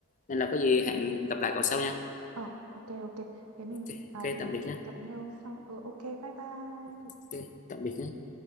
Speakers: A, on the left; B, on the right.
A: nên là có gì hẹn gặp lại cậu sau nha
B: ờ ok ok thế mình
A: ok,
B: à,
A: ok
B: thế
A: tạm biệt nha
B: gặp nhau sau ờ ok bye bye
A: ok tạm biệt nhé